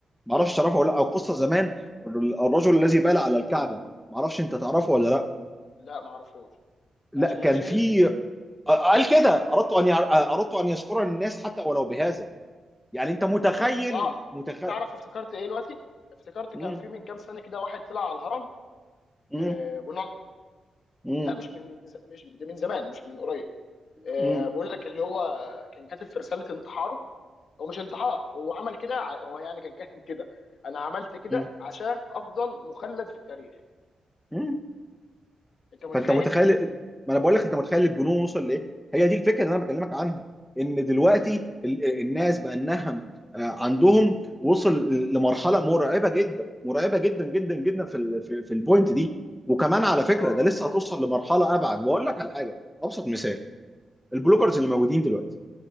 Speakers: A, in the centre; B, on the left (about 60°).
A: ما اعرفش تعرفه ولا لا او قصه زمان الر- الرجل الذي بال على الكعبه ما اعرفش انت تعرفه ولا لا
B: لا معرفوش
A: لا
B: ده عشان
A: كان
B: يتشهر
A: في قال كده اردت ان يع- اردت ان يذكر الناس حتى ولو بهذا يعني انت متخيل
B: اه
A: متخيل
B: انت تعرف افتكرت ايه دلوقتي افتكرت
A: مم.
B: كان في من كام سنه كده واحد طلع على الهرم
A: مم.
B: آه ونط
A: مم.
B: لا مش من من ز- مش ده من زمان مش من قريب
A: مم.
B: آه بقول لك اللي هو كان كاتب في رساله انتحاره هو مش انتحار هو عمل كده ع- هو يعني كان كاتب كده انا عملت كده
A: مم.
B: عشان افضل مخلد في التاريخ
A: مم.
B: انت متخيل
A: فانت متخيل ما انا بقول لك انت متخيل الجنون وصل لايه هي دي الفكره اللي انا بكلمك عنها ان دلوقتي ال- الناس بقى النهم آه، عندهم وصل لمرحله مرعبه جدا مرعبه جدا جدا جدا في ال في, في البوينت دي وكمان على فكره
B: اه
A: ده
B: اه
A: لسه هتوصل لمرحله ابعد واقول لك على حاجه ابسط مثال البلوجرز
B: مم،
A: اللي موجودين دلوقتي